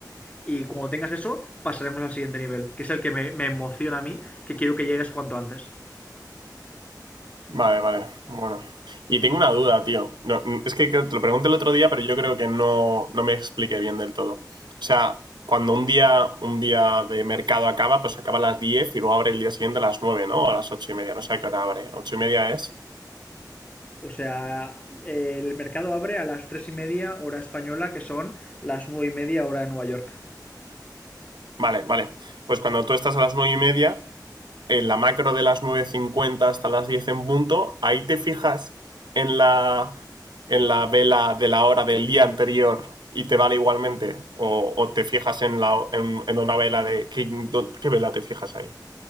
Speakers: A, on the left; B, on the right.
A: y cuando tengas eso, pasaremos al siguiente nivel, que es el que me, me emociona a mí, que quiero que llegues cuanto antes.
B: Vale, vale. Bueno. Y tengo una duda, tío. No, es que creo- te lo pregunté el otro día, pero yo creo que no, no me expliqué bien del todo. O sea, cuando un día, un día de mercado acaba, pues acaba a las 10 y luego abre el día siguiente a las 9, ¿no? O a las 8 y media. No sé a qué hora abre. Ocho y media es?
A: O sea, eh, el mercado abre a las tres y media hora española, que son las nueve y media hora de Nueva York.
B: Vale, vale. Pues cuando tú estás a las nueve y media, en la macro de las nueve cincuenta hasta las 10 en punto, ahí te fijas en la, en la vela de la hora del día anterior y te vale igualmente. O, o te fijas en, la, en, en una vela de... ¿qué, dó- ¿Qué vela te fijas ahí?